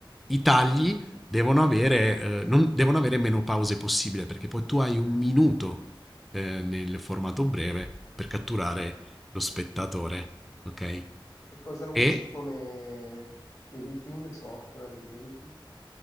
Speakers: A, in the centre; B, on the left.
A: i tagli devono avere, eh, non- devono avere meno pause possibile perché poi tu hai un minuto eh, nel formato breve per catturare lo spettatore, ok?
B: E cosa usi
A: E
B: come editing, software di editing?